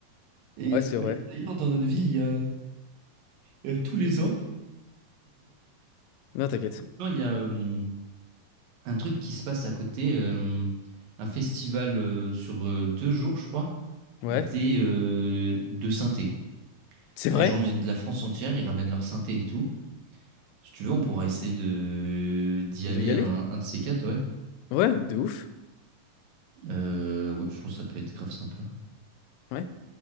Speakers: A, on the right; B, on the left.
A: Et
B: Ouais, c'est vrai.
A: mais d'ailleurs, dans notre ville, il y a euh, tous les ans,
B: Non, t'inquiète.
A: genre, il y a euh, un truc qui se passe à côté. euh, un festival euh, sur euh, deux jours, je crois,
B: Ouais.
A: des, euh, de synthé.
B: C'est vrai?
A: Les gens viennent de la France entière, ils ramènent leur synthé et tout. Si tu veux, on pourra essayer de d'y
B: De
A: aller
B: y aller?
A: un, un de ces quatre, ouais.
B: Ouais, de ouf.
A: Euh, ouais, je pense que ça peut être grave sympa.
B: Ouais.